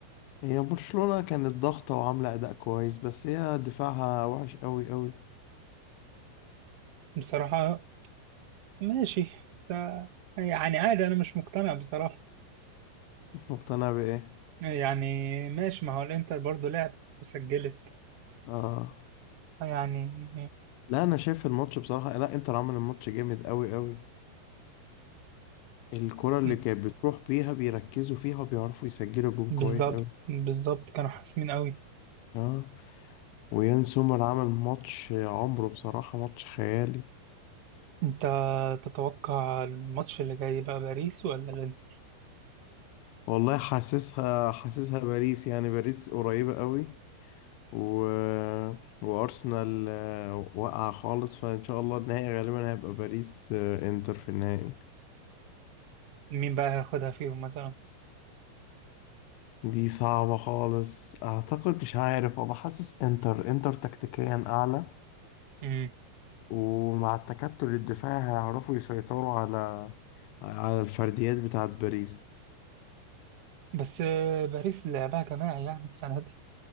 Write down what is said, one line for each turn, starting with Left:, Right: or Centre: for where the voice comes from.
Left: هي برشلونة كانت ضاغطة وعاملة أداء كويس بس هي دفاعها وحش أوي أوي
Right: بصراحة ماشي س... يعني عادي أنا مش مقتنع بصراحة
Left: مش مقتنع بإيه
Right: يعني ماشي ما هو الإنتر برضه لعبت وسجلت
Left: آه
Right: يعني
Left: لا أنا شايف الماتش بصراحة لا إنتر عمل الماتش جامد أوي أوي الكرة اللي
Right: مم.
Left: كانت بتروح بيها بيركزوا فيها وبيعرفوا يسجلوا جون
Right: بالظبط
Left: كويس أوي
Right: بالظبط كانوا حاسمين قوي
Left: آه ويان سومر عمل ماتش عمره بصراحة ماتش خيالي
Right: انت تتوقع الماتش اللي جاي بقى باريس ولا الانتر
Left: والله حاسسها حاسسها باريس يعني باريس قريبة قوي و... وأرسنال آه، واقعة خالص فإن شاء الله النهائي غالبا هيبقى باريس آه، إنتر في النهائي
Right: مين بقى هياخدها فيهم مثلا
Left: دي صعبة خالص أعتقد مش عارف أنا حاسس إنتر إنتر تكتيكيا أعلى
Right: امم
Left: ومع التكتل الدفاعي هيعرفوا يسيطروا على على الفرديات بتاعت باريس
Right: بس آه، باريس لعبها جماعي يعني السنة دي